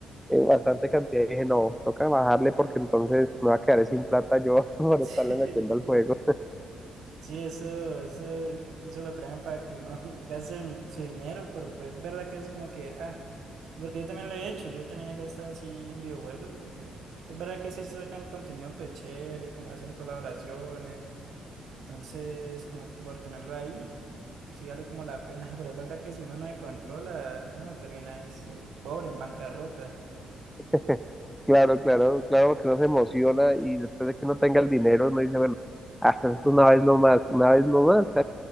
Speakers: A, in the centre; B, on the right (about 75°).
A: eh, bastante cantidad y dije, no, toca bajarle porque entonces me va a quedar sin plata yo <laughs> por
B: <laughs>
A: estarle metiendo al juego.
B: Sí, eso, eso, eso lo crean para que uno <laughs> gaste ni- su dinero, pero pues es verdad que es como que, ah, porque yo también lo he hecho, yo también he gastado así en videojuegos, porque es verdad que sí sacan contenido pues chévere, como hacen colaboraciones, entonces como por tenerlo ahí, sí vale como la pena, <laughs> pero es verdad que si uno no se controla, no, termina es eh, pobre, en bancarrota,
A: <laughs> Claro, claro, claro que uno se emociona y después de que no tenga el dinero uno dice, bueno, ah, es una vez nomás, una vez nomás. <laughs> ¿sabes?